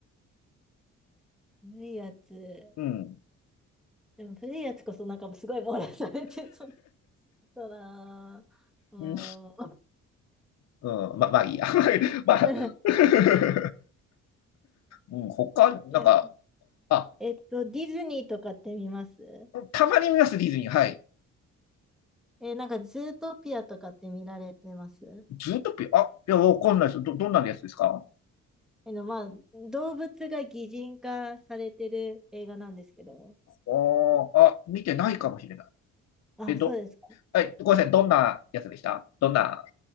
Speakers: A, in the centre; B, on the left.
A: 古いやつ。
B: うん。
A: でも古いやつこそなんかすごい網羅されてそうだな。うーん。
B: うんうん、ま、まあいいや。<laughs> まあ、
A: <laughs>
B: <laughs> うん、他、なんか、
A: いや、
B: あ、
A: えっと、ディズニーとかって見ます
B: たまに見ます、ディズニー。はい。
A: え、なんかズートピアとかって見られてます
B: ズートピア、あ、いや、わかんないです。ど、どんなやつですか
A: えの、まあ、動物が擬人化されてる映画なんですけど。
B: ああ、見てないかもしれない。
A: あ、
B: え、ど、
A: そうですか。
B: はい、ごめんなさい。どんなやつでしたどんな